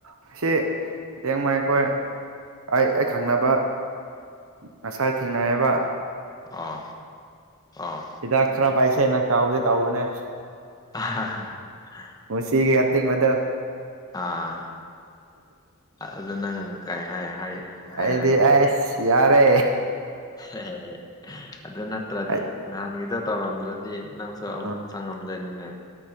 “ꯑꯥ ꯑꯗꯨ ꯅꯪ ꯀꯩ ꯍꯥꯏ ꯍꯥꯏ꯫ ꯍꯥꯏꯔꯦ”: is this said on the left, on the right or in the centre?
Left